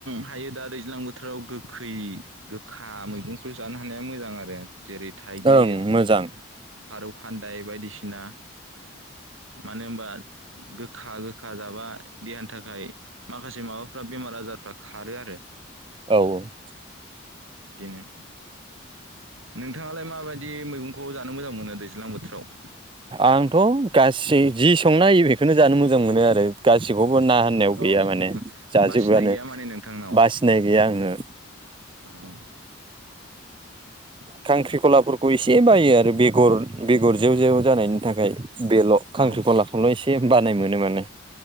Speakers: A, on the right (about 75°); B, on the right (about 25°).
A: हायो दा दैज्लां बोथोराव गोखै गोखा मैगंखौ जानो हानाया मोजां आरो। जेरै थाइगिर
B: ओं मोजां
A: थारौ खान्दाय बायदिसिना। मानो होनबा गोखा गोखा जाबा देहानि थाखाय माख खासे माबाफ्रा बेमार आजारफ्रा खारो आरो।
B: औ औ।
A: बिदिनो। नोंथाङालाय माबायदि मैगंखौ जानो मोजां मोनो दैज्लां बोथोराव?
B: आंथ' गासि जि संनाय बेखौनो जानो मोजां मोनो आरो गासिबावबो ना होननायाव
A: औ
B: गैया माने जाजोबोआनो
A: बासिनाय गैया माने नोंथांनाव
B: बासिनाय गैया आङो।
A: औ <inaudible>
B: खांख्रिखलाफोरखौ एसे बायो आरो बेगर- बेगर जेव जेव जानायनि थाखाय बेल'। खांख्रिखलाखौल'
A: औ
B: एसे बानाय मोनो माने।